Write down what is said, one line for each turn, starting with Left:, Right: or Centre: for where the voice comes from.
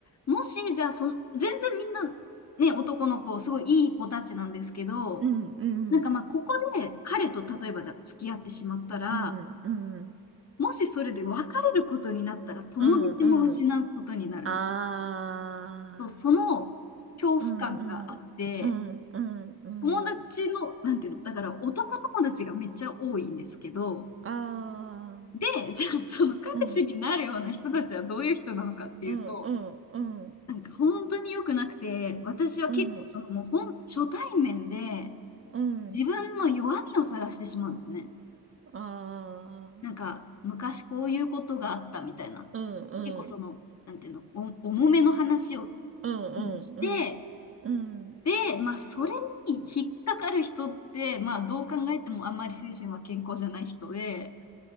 Left: もし、じゃあその、全然みんな、ね、男の子、すごいいい子たちなんですけど、
Right: ー、うん、うん、
Left: なんかまあ、ここで彼と例えばじゃあ付き合ってしまったら、
Right: うん、うん、
Left: もしそれで別れることになったら友達も失うことになる。
Right: うん、うん、ああ、
Left: と、その恐怖感があって、
Right: うんうん、うんうんうん。
Left: 友達の、なんていうの、だから男友達がめっちゃ多いんですけど、
Right: ああ、
Left: で、じゃあその彼氏になるような人たちはどういう人なのかっていうと、
Right: うんうんうんうん
Left: なんか本当に良くなくて、私は結構そのもう本、
Right: うん
Left: 初対面で
Right: うん
Left: 自分の弱みを晒してしまうんですね。
Right: ああ、
Left: なんか、昔こういうことがあったみたいな。
Right: うんうん
Left: 結構その、なんていうの、お重めの話を
Right: うんうんうんうん
Left: して、で、まあ、それに引っかかる人って、まあ、どう考えてもあんまり精神は健康じゃない人で、